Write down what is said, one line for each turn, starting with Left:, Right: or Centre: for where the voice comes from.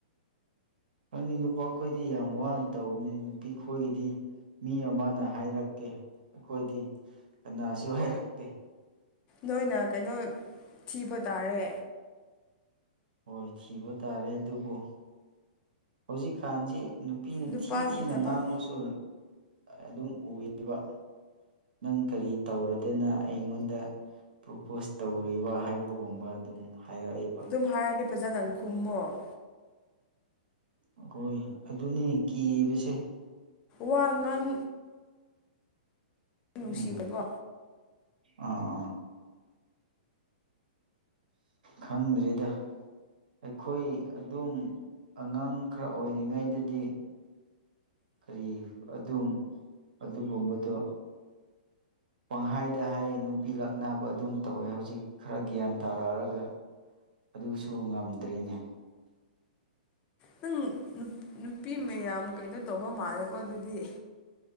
Right: ꯈꯪꯉꯤ ꯅꯨꯄꯥ ꯈꯣꯏꯗꯤ ꯌꯥꯝ ꯋꯥꯅ ꯇꯧꯕꯅꯤ ꯅꯨꯄꯤꯈꯣꯏꯒꯤꯗꯤ ꯃꯤ ꯑꯃꯅ ꯍꯥꯏꯔꯛꯀꯦ ꯑꯩꯈꯣꯏꯗꯤ ꯀꯅꯥꯁꯨ ꯍꯥꯏꯔꯛꯇꯦ
Left: ꯅꯣꯏꯅ ꯀꯩꯅꯣ ꯊꯤꯕ ꯇꯥꯔꯦ
Right: ꯍꯣꯏ ꯊꯤꯕ ꯇꯥꯔꯦ ꯑꯗꯨꯕꯨ ꯍꯧꯖꯤꯛꯀꯥꯟꯁꯤ ꯅꯨꯄꯤꯅ
Left: ꯅꯨꯄꯥꯒꯤ
Right: ꯊꯤ ꯊꯤꯅ
Left: ꯊꯕꯛ
Right: ꯉꯥꯡꯕꯁꯨ ꯑꯗꯨꯝ ꯎꯌꯦꯕ ꯅꯪ ꯀꯔꯤ ꯇꯧꯔꯗꯅ ꯑꯩꯉꯣꯟꯗ ꯄ꯭ꯔꯣꯄꯣꯁ ꯇꯧꯔꯤꯕ ꯍꯥꯏꯕꯒꯨꯝꯕ ꯑꯗꯨꯝ ꯍꯥꯏꯔꯛꯑꯦ
Left: ꯁꯨꯝ ꯍꯥꯏꯔꯗꯤ ꯐꯖꯥꯅ ꯈꯨꯝꯃꯣ
Right: ꯑꯩꯈꯣꯏ ꯑꯗꯨꯅꯤ ꯀꯤꯕꯁꯦ
Left: ꯋꯥ ꯉꯥꯡ ꯅꯨꯡꯁꯤꯕꯀꯣ
Right: ꯎꯝ ꯑꯥ ꯑꯥ ꯈꯪꯗ꯭ꯔꯦꯗ ꯑꯩꯈꯣꯏ ꯑꯗꯨꯝ ꯑꯉꯥꯡ ꯈꯔ ꯑꯣꯏꯔꯤꯉꯩꯗꯗꯤ ꯀꯔꯤ ꯑꯗꯨꯝ ꯑꯗꯨꯒꯨꯝꯕꯗꯣ ꯄꯪꯍꯥꯏꯗ ꯍꯥꯏ ꯅꯨꯄꯤ ꯂꯥꯛꯅꯕ ꯑꯗꯨꯝ ꯇꯧꯔ ꯍꯧꯖꯤꯛ ꯈꯔ ꯒ꯭ꯌꯥꯟ ꯇꯥꯔꯛꯑꯒ ꯑꯗꯨꯁꯨ ꯉꯝꯗ꯭ꯔꯤꯅꯦ
Left: ꯅꯪ ꯅꯨꯄꯤ ꯃꯌꯥꯝ ꯀꯩꯅꯣ ꯇꯧꯕ ꯃꯥꯜꯂꯦꯀꯣ ꯑꯗꯨꯗꯤ